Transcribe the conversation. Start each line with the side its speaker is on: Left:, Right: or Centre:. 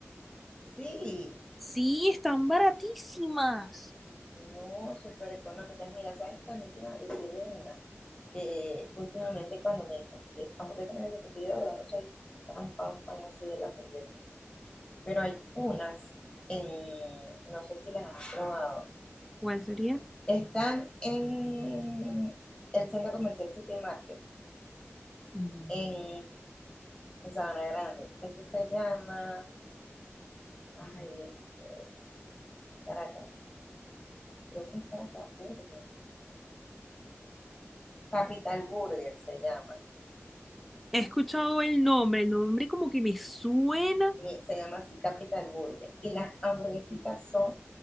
Left: Sí,
Centre: Sí, están baratísimas.
Left: no, súper económicas. Mira, ¿sabes? También te iba a decir de una, que últimamente cuando me dicen que sí, hamburguesa, mira, yo porque yo de verdad no soy tan fan, fan así de la hamburguesa pero hay unas, en, no sé si las has probado,
Centre: ¿Cuál sería?
Left: están en el centro comercial City Market,
Centre: Mm.
Left: en, en Sabana Grande. Eso se llama, ay, este, Caracas, creo que es Caracas Burger. Capital Burger se llama.
Centre: He escuchado el nombre, el nombre como que me suena,
Left: Mi- Se llama así Capital Burger. Y las hamburguesitas son